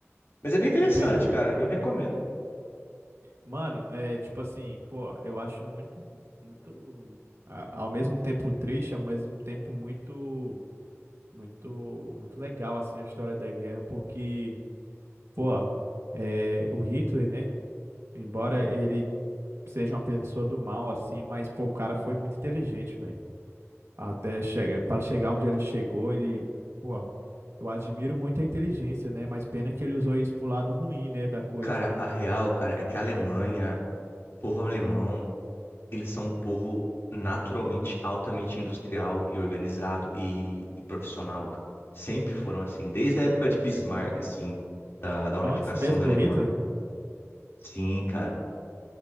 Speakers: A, on the left; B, on the right.
A: Mas é bem interessante,
B: Entendi.
A: cara, eu recomendo.
B: Mano, é tipo assim, pô, eu acho muito, muito, a- ao mesmo tempo triste, ao mesmo tempo muito Muito, muito legal, assim, a história da guerra, porque, pô, é, o Hitler, né? Embora ele seja uma pessoa do mal, assim, mas, pô, o cara foi muito inteligente, velho. Até che para chegar onde ele chegou, ele, pô, eu admiro muito a inteligência, né? Mas pena que ele usou isso pro lado ruim, né, da coisa.
A: Cara, a real, cara, é que a Alemanha, o povo alemão, eles são um povo naturalmente altamente industrial e organizado e, e profissional, cara. Sempre foram assim, desde a época de Bismarck, assim, da, da
B: Antes
A: unificação
B: mesmo
A: da
B: do
A: Alemanha.
B: Hitler,
A: Sim, cara.